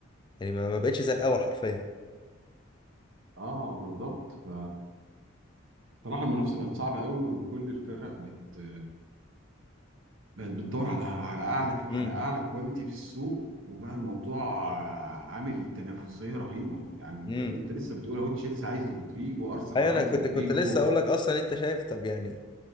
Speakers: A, on the left; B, on the right.
A: يعني ما ما بقتش زي الاول حرفيا
B: اه بالظبط ف صراحة المنافسة بقت صعبة قوي وكل الفرق بت بقت بتدور على على أعلى
A: امم
B: على أعلى كواليتي في السوق وبقى الموضوع عامل تنافسية رهيبة يعني أنت
A: امم
B: أنت لسه بتقول أهو تشيلسي عايز رودريجو أرسنال
A: ايوه
B: عايز
A: انا كنت
B: رودريجو
A: كنت لسه اقول لك اصلا انت شايف طب يعني